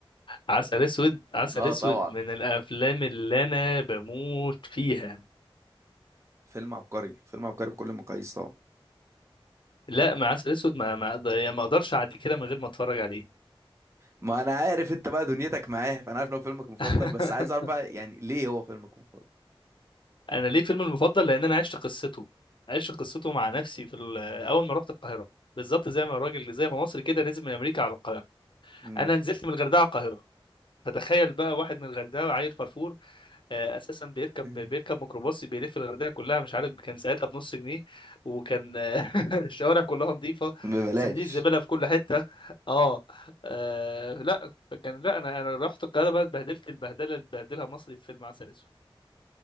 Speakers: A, on the left; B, on the right.
A: عسل اسود عسل
B: اه
A: اسود
B: طبعا
A: من الافلام اللي انا بموت فيها
B: فيلم عبقري فيلم عبقري بكل المقاييس طبعا
A: لا ما عسل اسود ما ما أقدر- يعني ما اقدرش اعدي كده من غير ما اتفرج عليه
B: ما انا عارف انت بقى دنيتك معاه فانا عارف ان هو فيلمك المفضل
A: <laughs>
B: بس عايز اعرف بقى يعني ليه هو فيلمك المفضل
A: انا ليه فيلم المفضل لان انا عشت قصته عشت قصته مع نفسي في ال- اول ما رحت القاهره بالظبط زي ما الراجل زي ما مصري كده نزل من امريكا على القاهره
B: مم.
A: انا نزلت من الغردقه على القاهره فتخيل بقى واحد من الغردقه عيل فرفور آه، اساسا بيركب
B: <laughs>
A: بيركب ميكروباص بيلف الغردقه كلها مش عارف كان ساعتها بنص جنيه وكان آه، <laughs> الشوارع كلها نظيفه
B: ببلاش
A: صناديق الزباله في كل حته اه آه، لا فكان لا انا انا رحت القاهره بقى اتبهدلت البهدله اللي اتبهدلها مصري في فيلم عسل اسود